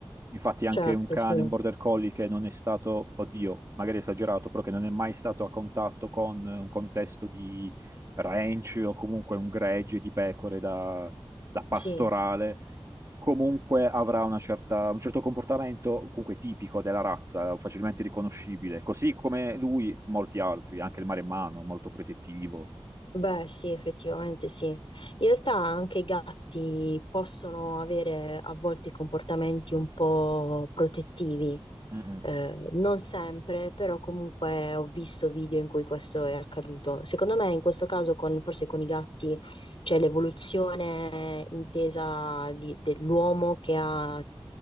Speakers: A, on the right; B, on the left.
A: Infatti anche
B: Certo,
A: un cane,
B: sì.
A: un border collie che non è stato, oddio, magari è esagerato, però che non è mai stato a contatto con un contesto di ranch o comunque un gregge di pecore da, da pastorale,
B: Sì.
A: comunque avrà una certa- un certo comportamento comunque tipico della razza, facilmente riconoscibile, così come lui, molti altri, anche il maremmano, molto protettivo.
B: Beh, sì, effettivamente sì. In realtà anche i gatti possono avere a volte comportamenti un po' protettivi,
A: Mm, mm.
B: eh, non sempre, però comunque ho visto video in cui questo è accaduto. Secondo me in questo caso con- forse con i gatti c'è l'evoluzione intesa di- dell'uomo che ha